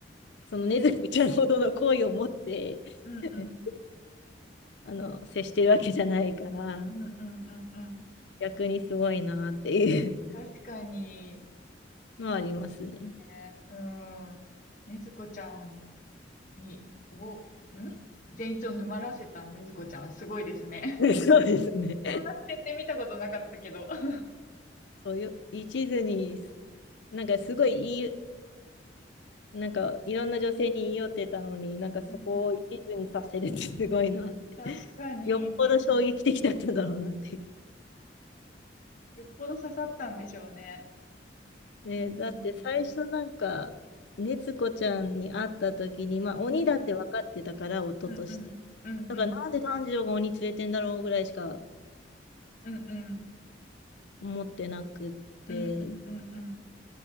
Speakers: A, on the left; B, on the left.
A: そのねずこちゃんほどの恋を持って
B: うんうん。
A: <laughs> あの接してるわけじゃないから、
B: うんうんうんうん。
A: 逆にすごいなっていう
B: 確かに、
A: のはありますね。
B: ね、うん。ねずこちゃんに、を、ん善逸を沼らせたねずこちゃん、すごいですね。
A: でそうですね。
B: <laughs> そんな視点で見たことなかったけど。<laughs>
A: そういう、一途に、すなんかすごいいい、なんかいろんな女性に言い寄ってたのに、なんかそこを一途にさせるってすごいなって。
B: うんうん。
A: <laughs>
B: 確かに。
A: よっぽど衝撃的だったんだろうなっていう。
B: よっぽど刺さったんでしょうね。
A: ね、
B: うんうんうん
A: だって最初なんか、ねつこちゃんに会った時に、まあ鬼だって分かってたから、
B: うんう
A: 夫として。
B: んうんうんうん
A: だからなんで炭治郎が鬼連れてんだろうぐらいしか
B: うんうん。
A: 思ってなくって。
B: うんうんうんうん。